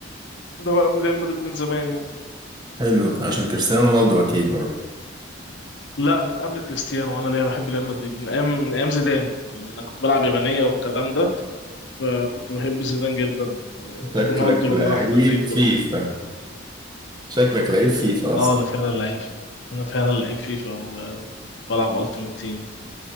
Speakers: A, on the left (about 70°); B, on the right (about 20°).
A: ده بقى من ريال مدريد من زمان يعني
B: حلو عشان كريستيانو رونالدو أكيد برضه
A: لا من قبل كريستيانو وانا ليه بحب ريال مدريد من ايام من ايام زيدان يعني انا كنت بلعب يابانيه والكلام ده فكنت بحب زيدان جدا
B: شكلك
A: رونالدو
B: لعيب
A: لما راح مدريد برضه
B: فيفا شكلك لعيب فيفا
A: اه
B: أصلا
A: انا فعلا لعيب انا فعلا لعيب فيفا وبلعب التيمت تيم